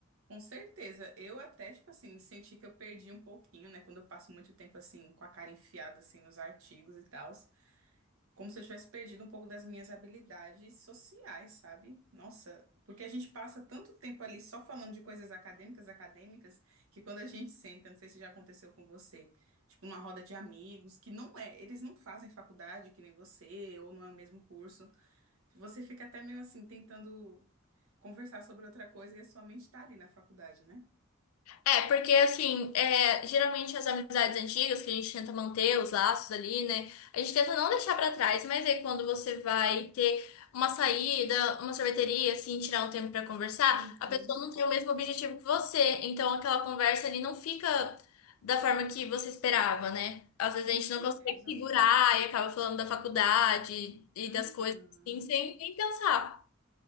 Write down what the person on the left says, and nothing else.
É, porque assim, é, geralmente as amizades antigas que a gente tenta manter os laços ali, né? A gente tenta não deixar pra trás, mas aí quando você vai ter uma saída, uma sorveteria, assim, tirar um tempo pra conversar,
a pessoa não tem o mesmo objetivo que você. Então aquela conversa ali não fica da forma que você esperava, né? Às vezes
a gente
não consegue segurar e acaba falando da faculdade e
das coisas assim, sem nem pensar.